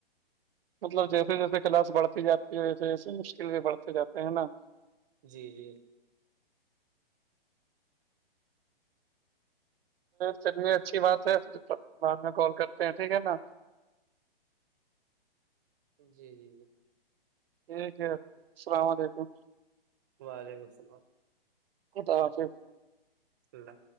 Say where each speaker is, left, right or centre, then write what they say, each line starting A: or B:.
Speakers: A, on the right; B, on the right.
A: مطلب جیسے جیسے کلاس بڑھتی جاتی ہے ویسے جیسے مشکل بھی بڑھتے جاتے ہیں ہے نا
B: جی جی
A: چلیے اچھی بات ہے پھر بعد میں کال کرتے ہیں ٹھیک ہے نا
B: جی جی جی
A: ٹھیک ہے السلام علیکم
B: وعلیکم السلام
A: <inaudible>
B: اللہ